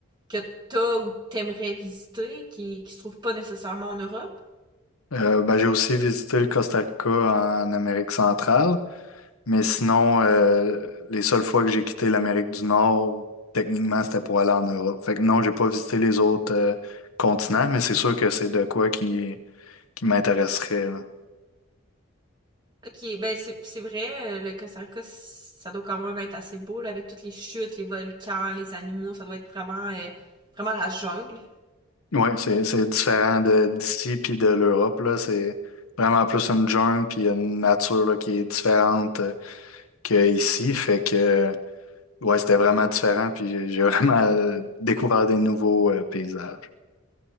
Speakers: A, on the right (about 20°); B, on the left (about 85°).
A: que t'as ou t'aimerais visiter qui, qui se trouve pas nécessairement en Europe?
B: Euh, ben, j'ai aussi visité le Costa Rica en Amérique centrale, mais sinon, euh, les seules fois que j'ai quitté l'Amérique du Nord, techniquement, c'était pour aller en Europe. Fait que non, j'ai pas visité les autres euh, continents, mais c'est sûr que c'est de quoi qui, qui m'intéresserait, là.
A: Ok, ben c'est c'est vrai, euh, le Costa Rica, ça doit quand même être assez beau, là, avec toutes les chutes, les volcans, les animaux, ça doit être vraiment, euh, vraiment la jungle.
B: Ouais, c'est, c'est différent de d'ici puis de l'Europe, là. C'est vraiment plus une jungle puis une nature, là, qui est différente. euh, que ici. Fait que, ouais, c'était vraiment différent. Puis j'ai j'ai <laughs> vraiment euh, découvert des nouveaux euh, paysages.